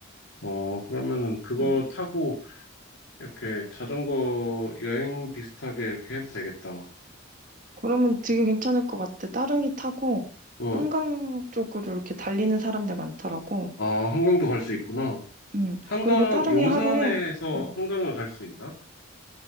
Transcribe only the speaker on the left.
어, 그러면은 그거
타고 이렇게 자전거 여행 비슷하게 이렇게 해도 되겠다.
어,
아, 한강도 갈 수 있구나.
한강,
용산에서
한강을 갈 수 있나?